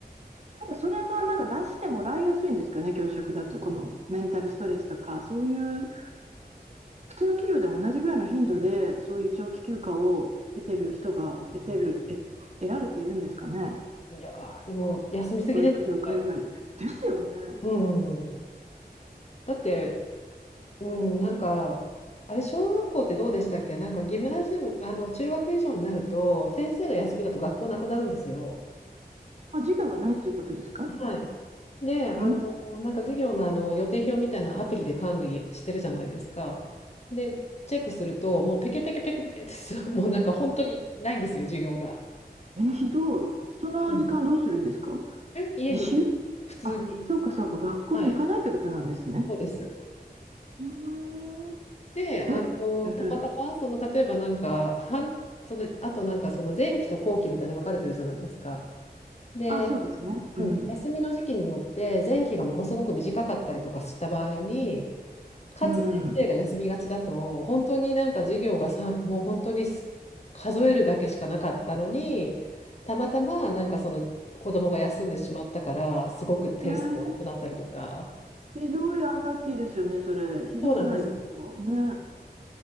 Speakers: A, on the right; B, on the left.
A: ただそれがなんか出してもらいやすいんですかね、教職だと、このメンタルストレスとか、そういう普通の企業でも同じぐらいの頻度で、そういう長期休暇を得てる人が得てる、え、得られているんですかね、
B: いやー、でも、休みすぎですよね。
A: 教育業界以外で。ですよね。
B: うん。だって、うん、なんか、あれ、小学校ってどうでしたっけなんか、ギムナジウム、あの、中学以上になると、先生が休みだと学校なくなるんですよ。
A: あ、授業がないっていうことですか
B: はい。で、あの、
A: う
B: なんか授業の、あの予定表みたいなアプリで管理してるじゃないですか。で、チェックすると、もうペケペケペケペケってす、<laughs> もうなんか本当にないんですよ、授業が。
A: んえ、ひどい。その時間どうするんですか
B: うん。え家に、
A: 自習
B: 普通に。
A: あ、そうかそうか、学校に行かないってことなんですね。
B: はい、そうです。
A: うーん
B: で、あの、
A: え、うん。
B: たまたま、その、例えばなんか、半、その、あとなんか、その前期と後期みたいに分かれてるじゃないですか。で、
A: あ、そうですね。うん。
B: うん、休みの時期によって、前期がものすごく短かったりとかした場合に、かつ先生が休みがちだと、
A: うん。
B: 本当になんか授業がさ、もう本当にす数えるだけしかなかったのに、たまたまなんかその子供が休んでしまったから、すごく点数が悪くなったりとか。
A: えー、ひどいアンラッキーですよね、それ。ひどくないですかね。
B: そうなんですよ。